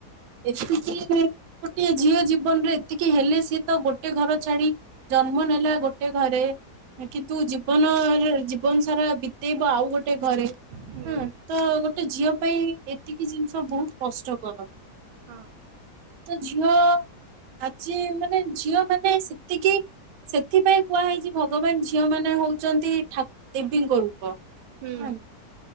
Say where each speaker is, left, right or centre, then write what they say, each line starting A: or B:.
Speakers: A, on the right; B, on the right.
A: ଏତିକି ଯେ ଗୋଟେ ଝିଅ ଜୀବନରେ ଏତିକି ହେଲେ ସିଏ ତ ଗୋଟେ ଘର ଛାଡି। ଜନ୍ମ ନେଲା ଗୋଟେ ଘରେ କିନ୍ତୁ ଜୀବନରେ ଜୀ ବନ ସାରା ବିତେଇବ ଆଉ ଗୋଟେ ଘରେ
B: ହୁଁ
A: ଅଁ ତ ଗୋଟେ ଝିଅ ପାଇଁ। କି ଏତିକି ଜିନିଷ ବହୁତ କଷ୍ଟକର
B: ହଁ
A: ତ ଝିଅ। ଆଜି ମାନେ ଝିଅମାନେ ସେତିକି। ସେଥିପାଇଁ କୁହାହେଇଛି ଭଗବାନ ଝିଅମାନେ ହଉଚନ୍ତି ଠା ଦେବୀଙ୍କ ରୂପ ଆଁ।
B: ହୁଁ